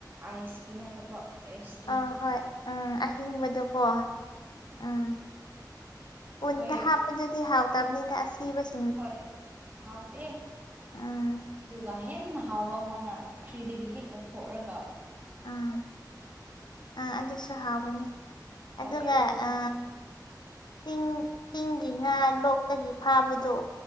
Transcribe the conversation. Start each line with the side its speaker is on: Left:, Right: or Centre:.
Right: ꯑꯥꯏꯁꯀꯤ ꯅꯠꯇꯕ ꯐ꯭ꯔꯦꯁꯇꯨ
Left: ꯑꯥ ꯍꯣꯏ ꯎꯝ ꯑꯍꯤꯡꯕꯗꯣꯀꯣ ꯎꯝ ꯎꯟꯗ
Right: ꯍꯣꯏ
Left: ꯍꯥꯞ ꯄꯗꯨꯗꯤ ꯍꯥꯎꯇꯕꯅꯤꯗ ꯑꯁꯤꯕꯁꯤ
Right: ꯍꯣꯏ ꯍꯥꯎꯇꯦ
Left: ꯎꯝ
Right: ꯑꯗꯨꯒ ꯍꯦꯟꯅ ꯍꯥꯎꯕ ꯑꯃꯅ ꯄꯨꯈ꯭ꯔꯤꯗꯒꯤ ꯍꯦꯛ ꯂꯧꯊꯣꯛꯔꯒ
Left: ꯑꯥ ꯑꯥ ꯑꯗꯨꯁꯨ ꯍꯥꯎꯕꯅꯤ
Right: ꯍꯥꯎꯋꯦ
Left: ꯑꯗꯨꯒ
Right: ꯑꯗꯨꯝ
Left: ꯑ ꯆꯤꯡ ꯆꯤꯡꯒꯤ ꯉꯥ ꯂꯣꯛꯇꯒꯤ ꯐꯥꯕꯗꯣ